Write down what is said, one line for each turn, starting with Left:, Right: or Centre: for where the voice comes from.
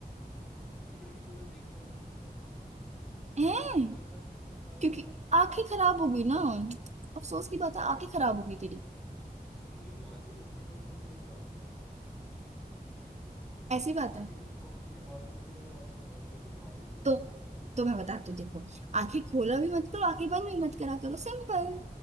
Centre: दूसरी लड़की को मैं देखता तक नहीं हूँ पता है
Right: हैं
Centre: देखता क्या देखता
Right: क्योंकि
Centre: क्या
Right: आंखें
Centre: कुछ
Right: खराब
Centre: भी
Right: होगी
Centre: नहीं
Right: ना
Centre: करता मैं
Right: अफसोस की बात है आंखें खराब होगी तेरी
Centre: नहीं नहीं मैं आंखें बंद करता हूँ तो तुम ही नजर आती हो ना यार
Right: ऐसी बात
Centre: आंखें
Right: है
Centre: के खोलने के बाद तो तुम ही नजर आती हो बंद करने के बाद भी तुम
Right: तो
Centre: ही नजर आती हो
Right: तो मैं बताती हूँ देखो आंखें खोला भी
Centre: हाँ
Right: मत करो आंखें बंद भी मत करा करो सिंपल